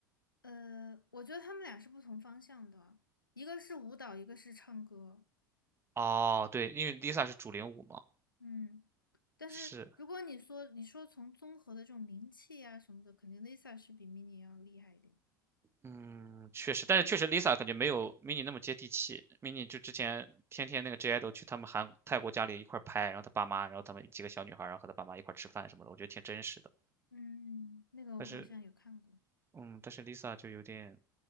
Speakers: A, on the left (about 90°); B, on the right (about 25°).
A: 呃，我觉得他们俩是不同方向的，一个是舞蹈，一个是唱歌。
B: 哦，对，因为 Lisa 是主领舞嘛，
A: 嗯，但是如果你说你说从综合的这种名气啊什么的，
B: 是，
A: 肯定 Lisa 是比 Mini 要厉害一点。
B: 嗯，确实，但是确实 Lisa 感觉没有 Mini 那么接地气，Mini 就之前天天那个 J idol 去他们韩泰国家里一块儿拍，然后他爸妈，然后他们几个小女孩儿，然后和他爸妈一块儿吃饭什么的，我觉得挺真实的。
A: 嗯，那个我好像有看过。
B: 但是，嗯，但是 Lisa 就有点，